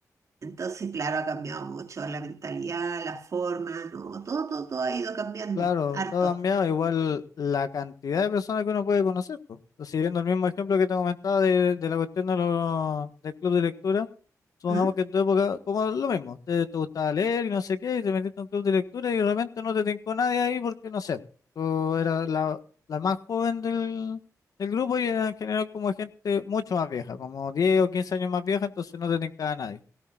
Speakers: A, on the right; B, on the left.
A: Entonces, claro, ha cambiado mucho la mentalidad, la forma, no, todo, todo, todo ha ido cambiando,
B: Claro,
A: harto.
B: todo ha cambiado. Igual la cantidad de personas que uno puede conocer. po. pues. Siguiendo el mismo ejemplo que te comentaba de, de la cuestión de los- del club de lectura, supongamos
A: ¿Mm?
B: que en tu época, como lo mismo, te, te gustaba leer y no sé qué, y te metiste en un club de lectura y de repente no te tincó nadie ahí porque no sé, tú eras la, la más joven del, del grupo y era en general como gente mucho más vieja, como 10 o 15 años más vieja, entonces no te tincaba nadie.